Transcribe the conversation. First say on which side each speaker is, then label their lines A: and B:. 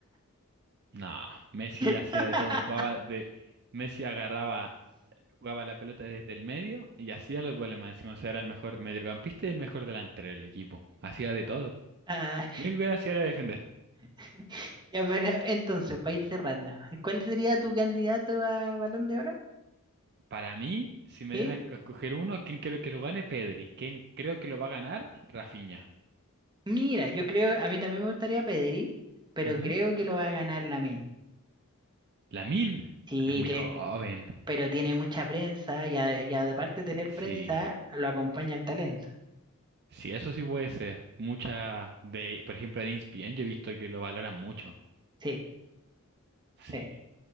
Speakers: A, on the right; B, on the right.
A: no, Messi hacía
B: <laughs>
A: de todo, jugaba de Messi agarraba, jugaba la pelota desde el medio y hacía los goles más encima, o sea, era el mejor mediocampista y el mejor delantero del equipo, hacía de todo.
B: Ah,
A: Lo único que hacía era defender.
B: <laughs> Ya, pero entonces, para ir cerrando, ¿cuál sería tu candidato a Balón de Oro?
A: Para mí, si me
B: Sí.
A: dieran a esc- a escoger uno, ¿quién quiero que lo gane? Pedri. ¿Quién creo que lo va a ganar? Rafinha.
B: Mira, yo creo, a mí también me gustaría Pedri, pero
A: Ujú.
B: creo que lo va a ganar Lamine.
A: Lamine
B: Sí,
A: es muy
B: creo,
A: joven.
B: pero tiene mucha prensa y, a- y aparte de tener prensa,
A: Sí.
B: lo acompaña el talento.
A: Sí, eso sí puede ser. Mucha de, por ejemplo, de ESPN yo he visto que lo valoran mucho.
B: Sí,
A: Sí.
B: sí.